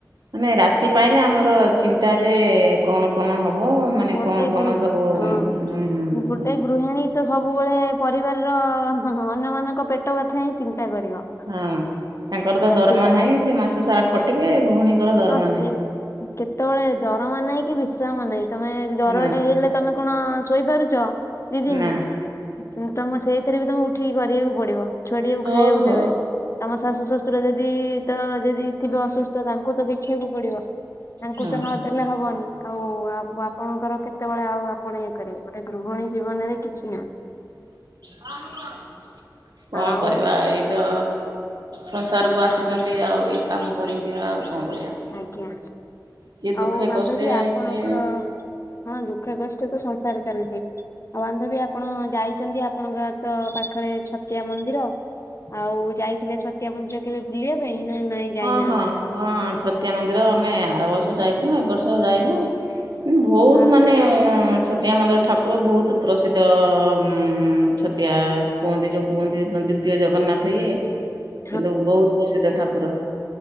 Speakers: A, on the right; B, on the left.
A: ମାନେ ରାତି ପାଇଲେ ଆମର ଚିନ୍ତା ଯେ କଣ କଣ ହବ ମାନେ
B: ଆଉ ଗୋଟେ
A: କଣ କଣ
B: ଗୃହ
A: ସବୁ
B: ହଁ
A: ହୁ ହୁ।
B: ଗୋଟେ ଗୃହିଣୀ ତ ସବୁବେଳେ ପରିବାରର ଅନ୍ୟମାନାନଙ୍କ ପେଟ କଥା ହିଁ ଚିନ୍ତା କରିବ।
A: ହଁ ତାଙ୍କର
B: ଆଉ
A: ତ
B: ରାତି
A: ଦରମା
B: ପାହିଲେ
A: ନାହିଁ ସେ ମାସ ସାରା ଖଟିବେ ଗୃହିଣୀଙ୍କର ଦରମା
B: ହଁ ସେ
A: ନାହିଁ।
B: କେତେବେଳେ ଦରମା ନାହିଁ କି ବିଶ୍ରାମ ନାହିଁ ତମେ ଦରଟା
A: ନା
B: ହେଇଲେ ତମେ କଣ ଶୋଇପାରୁଚ ଦି ଦିନି
A: ନା।
B: କିନ୍ତୁ ତମ ସେଇଥିରେ ବି ତମେ ଉଠିକି କରିବାକୁ ପଡିବ ଛୁଆଟିଆକୁ
A: ହଉ
B: ଖାଇବାକୁ
A: ହଉ
B: ଦେବେ। ତମ ଶାଶୁ ଶ୍ୱଶୁର ଯଦି ତ ଯଦି ଥିବେ ଅସୁସ୍ଥ ତାଙ୍କୁ ତ ଦେଖିବାକୁ ପଡିବ। ତାଙ୍କୁ
A: ହଁ
B: ତ ନଦେଲେ ହବନି। ଆଉ ଆପଣଙ୍କର କେତେବେଳେ ଆଉ ଆପଣ ଇଏ କରିବେ ଗୋଟେ ଗୃହଣୀ ଜୀବନରେ କିଛି ନାହିଁ।
A: କଣ
B: ଆଉ
A: କରିବା ଏଇ ତ ସଂସାରକୁ
B: ହଁ
A: ଆସିଚନ୍ତି ଆଉ ଇଏ କାମ କରିକି ଆଉ କଣ କରିବା।
B: ଆଜ୍ଞା।
A: କିଏ ଦୁଃଖେ
B: ଆଉ ବାନ୍ଧବୀ
A: କଷ୍ଟେ
B: ଆପଣଙ୍କର
A: କିଏ
B: ହଁ ଦୁଃଖ କଷ୍ଟ ତ ସଂସାର ଚାଲିଚି। ହଉ ବାନ୍ଧବୀ ଆପଣ ଯାଇଚନ୍ତି ଆପଣଙ୍କ ତ ପାଖରେ ଛତିଆ ମନ୍ଦିର ଆଉ ଯାଇଥିଲେ ଛତିଆ ମନ୍ଦିର କେବେ ବୁଲିବା ପାଇଁ ନା ନାଇଁ ଯାଇନାହାନ୍ତି?
A: ହଁ ହଁ ହଁ ଛତିଆ ମନ୍ଦିର ଆମେ ଆର ବର୍ଷ ଯାଇଥିନୁ ଏ ବର୍ଷ ଯାଇନୁ। ଭୋହୁତ
B: ହଁ
A: ମାନେ ଛତିଆ ମନ୍ଦିର ଠାକୁର ବହୁତ ପ୍ରସିଦ୍ଧ ଉମ ଛତିଆ କୁହନ୍ତି ଯେଉଁ କୁହନ୍ତି ତିଅ ଜଗନ୍ନାଥ ଇଏ
B: <inaudible>
A: କିନ୍ତୁ ବହୁତ ପ୍ରସିଦ୍ଧ ଠାକୁର,